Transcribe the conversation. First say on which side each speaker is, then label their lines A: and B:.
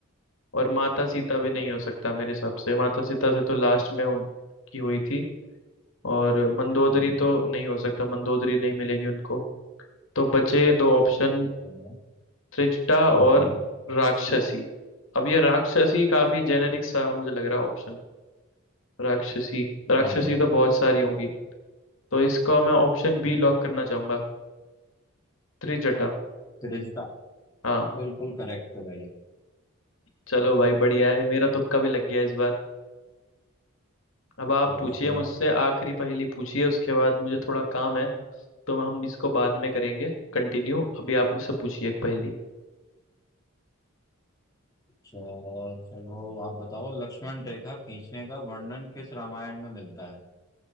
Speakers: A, on the left; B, on the left.
A: और माता सीता भी नहीं हो सकता मेरे हिसाब से माता सीता से तो लास्ट में उनकी हुई थी और मंदोदरी
B: हम्म
A: तो नहीं हो सकता मंदोदरी नहीं मिलेगी उनको तो बचे दो ऑप्शन
B: हम्म,
A: त्रिजटा
B: हम्म,
A: और राक्षसी अब ये राक्षसी काफी जेनेरिक सा मुझे लग रहा है ऑप्शन राक्षसी राक्षसी
B: हाँ
A: तो बहुत सारी होंगी तो इसको मैं ऑप्शन बी लॉक करना चाहूंगा त्रिजटा
B: त्रिजटा
A: हाँ
B: बिल्कुल करेक्ट है भाई
A: चलो भाई बढ़िया है मेरा तुक्का भी लग गया इस बार अब आप
B: बहुत
A: पूछिए
B: सही
A: मुझसे
B: है
A: आखिरी पहेली पूछिए उसके बाद मुझे थोड़ा काम है तो हम इसको बाद में करेंगे कंटिन्यू अभी आप मुझसे पूछिए एक पहेली
B: अच्छा चलो आप बताओ लक्ष्मण रेखा खींचने का वर्णन किस रामायण में मिलता है